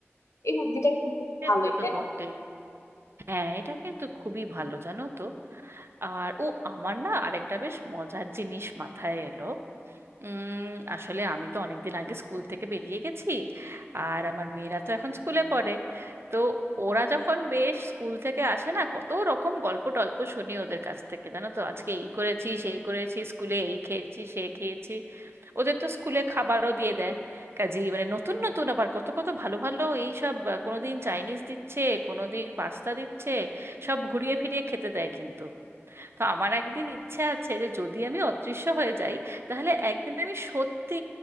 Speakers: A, on the left; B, on the right.
A: এই বুদ্ধিটা কিন্তু ভালোই
B: এটা তো
A: তাই
B: বটেই
A: না
B: হ্যাঁ এটা কিন্তু খুবই ভালো জানো তো আর ও আমার না আরেকটা বেশ মজার জিনিস মাথায় এলো উম, আসলে আমি তো অনেকদিন আগে স্কুল থেকে বেরিয়ে গেছি আর আমার মেয়েরা তো এখন স্কুলে পড়ে তো ওরা যখন বেশ স্কুল থেকে আসে না কত রকম গল্প টল্প শুনি ওদের কাছ থেকে জানো তো আজকে এই করেছি সেই করেছি স্কুলে এই খেয়েছি সে খেয়েছি ওদের তো স্কুলে খাবারও দিয়ে দেয় কাজেই মানে নতুন নতুন আবার কত কত ভালো ভালো এইসব আহ, কোনোদিন চাইনিজ দিচ্ছে কোনোদিন পাস্তা দিচ্ছে সব ঘুরিয়ে ফিরিয়ে খেতে দেয় কিন্তু তো আমার একদিন ইচ্ছে আছে যে যদি আমি অদৃশ্য হয়ে যাই তাহলে একদিন আমি সত্যি